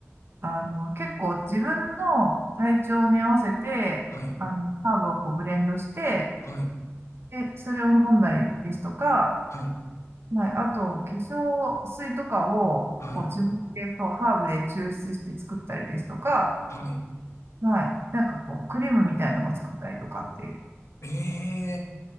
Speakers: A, on the right (about 55°); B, on the left (about 70°).
A: あの、結構自分の体調に合わせて、
B: はい。
A: あの、ハーブをこうブレンドして、
B: はい。
A: で、それを飲んだりですとか、
B: はい。
A: はい、あと、化粧水とかを、
B: はい。
A: こう、自分で、こう、ハーブで抽出して作ったりですとか、
B: はい。
A: はい、なんかこう、クリームみたいなのも作ったりとかって、
B: ええ